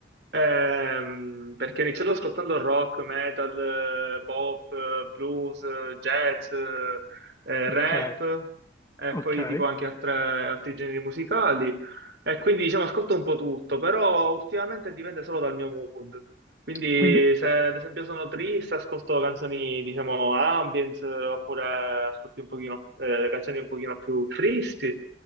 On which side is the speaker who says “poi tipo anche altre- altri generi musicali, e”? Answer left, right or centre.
Right